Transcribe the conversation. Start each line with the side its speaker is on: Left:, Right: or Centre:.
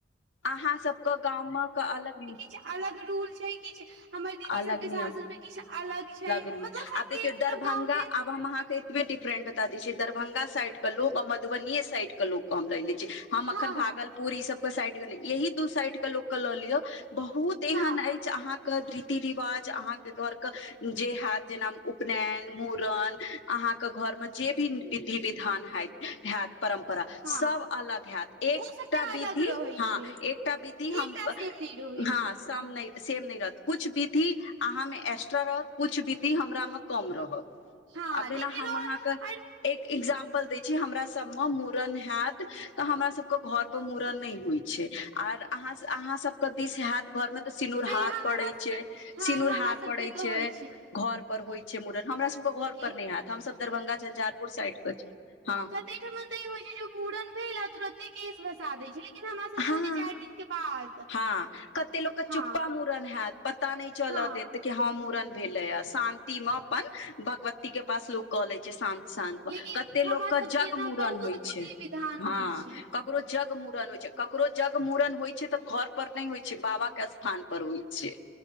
Left: अहाँ सबके गाम कऽ अलग
Right: किछ अलग रूल छै किछु हमर दीदी
Left: अलग
Right: सबके सासुर
Left: नियम
Right: मऽ किछु अलग छनि
Left: रूल
Right: मतलब सबके
Left: आब देखियौ
Right: सब
Left: दरभंगा
Right: गाँंव के
Left: आब हम अहाँके डिफरेंट बता दे छिय दरभंगा साइड केो आ मधुबनीए साड के लोको कह हम लेिय हम अखन
Right: हँ
Left: भागलपुर
Right: हँ
Left: ई सब के साइड गेल य दू साइड के लोको के लऽ लियो बहुत एहन
Right: हँ
Left: अछि हाँके रीति रिवाज अहाँके घरके जे हयत जेना उपनयन मुूड़न अहाँके घर मऽ जे भी विधि विधान हत हत परम्परा
Right: हँ
Left: सब अलग हयैत एक
Right: ओ
Left: एकटा
Right: सबटा
Left: विधि
Right: अलग रहै
Left: हँ
Right: छै
Left: एकटा विधि हम
Right: एकटा सेम नहि रहै
Left: हँ
Right: छै
Left: सम नहि सेम नहि रहत कुछ विधि अहाँ मऽ एक्स्ट्रा रहत कछ विधि हमरा मे कम रहत
Right: हँ
Left: अब जेना
Right: लेकिन
Left: हम
Right: रह
Left: अहाँके
Right: आर
Left: एक एग्जाम्पल देय छी हमरा सब मऽ मुूड़न हयत त हमरा सब के घर पर मुूड़न न होइ छै आ आहा सब दिस हैत घर में तऽ सिनूर
Right: नहि
Left: हार
Right: यहाँ
Left: पड़े
Right: हमरा
Left: छै
Right: हँ
Left: सिनूर
Right: हमरा
Left: हार
Right: सबके
Left: पड़े
Right: तऽ
Left: छै
Right: होइ
Left: घर पर होइ छै मड़न हमरा सबके घर
Right: कि
Left: पर नहि हयैतत हमसभ दरभंगा झंझारपुर साइड के छी हँ
Right: ऐ ठाम तऽ ई होइ छै जे मूड़न भेल तुरते केश भसा द छै लेकिन हमरा सब
Left: हँ
Right: के हो छै चारि दिन के बाद
Left: हँ कते लोक कऽ
Right: हँ
Left: चुप्पा मुूड़न हत पता नहि चल
Right: हँ
Left: देत त ह मूड़न भेले ह शानंति मे अपन भगवती के पास लोग कऽ ले छै शान शांत मऽ
Right: लेकिन
Left: कते लोक
Right: हमरा
Left: के
Right: सबके
Left: जग
Right: एना
Left: मुूड़न
Right: बहुत
Left: होइ
Right: विधि
Left: छै
Right: विधान
Left: हँ
Right: होइ छै
Left: ककरो जग मुूड़न होइ छै ककरो जग मुूड़न होइ छै तऽ घर पर नहि होइ छै बाबा कऽ स्थान पर होइ छै